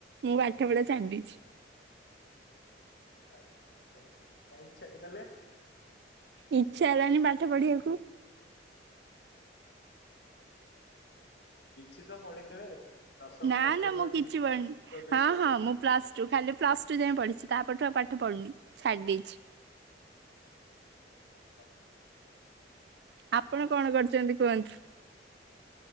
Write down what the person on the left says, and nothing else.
ଆଚ୍ଛା ଆଚ୍ଛା କାଇଁ ଛାଡ଼ିଦଲେ?
କିଛି ତ ପଢିଥିବେ? ଦଶମ
ପର୍ଯ୍ୟନ୍ତ
କି
ପ୍ଲ
ଯୁକ୍ତ ଦୁଇ
ପର୍ଯ୍ୟନ୍ତ
ହ ହ।